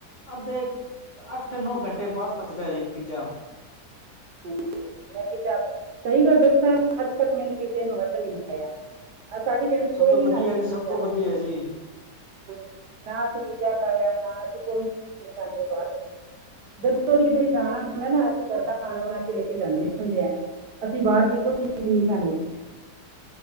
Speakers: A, on the left; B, on the right.
A: ਅੱਧੇ ਅੱਠ ਨੌ ਘੰਟੇ ਬਾਅਦ ਪੱਚਦਾ ਜੇ ਪੀਜਾ।
B: ਹਾਂਜੀ ਮੈਂ ਪੀਜਾ, ਸਈ ਗੱਲ ਦੱਸਾਂ, ਅੱਜ ਤੱਕ ਮੈਨੇ ਪੀਜੇ ਨੂੰ ਹੱਥ ਨੀ ਲਾਇਆ। ਸਾਡੀ ਫੈਮਿਲੀ
A: ਸਭ
B: ਕੋਈ
A: ਤੋਂ
B: ਨਹੀਂ
A: ਬਦੀਆ
B: ਖਾਂਦੀ
A: ਜੀ,
B: ਪੀਜ਼ਾ
A: ਸਭ ਤੋਂ ਬਦੀਆ
B: ਅਸੀਂ-
A: ਏ ਜੀ।
B: ਹਾਂਜੀ, ਨਾ ਅਸੀ ਪੀਜਾ ਖਾਇਆ, ਨਾ ਅਸੀ ਕੋਈ ਚੀਜ਼ ਨੀ ਖਾਂਦੇ ਬਾਰ ਦੀ। ਕੋਈ ਕਿਦਰੇ ਜਾਣਾ ਹੁੰਦਾ ਏ ਨਾ ਅਸੀਂ ਘਰ ਦਾ ਖਾਣਾ ਬਣਾ ਕੇ ਲੈ ਕੇ ਜਾਂਦੇ ਹੁੰਦੇ ਐ, ਅਸੀਂ ਬਾਅਰ ਦੀ ਕੋਈ ਚੀਜ਼ ਨਈ ਖਾਣੀ।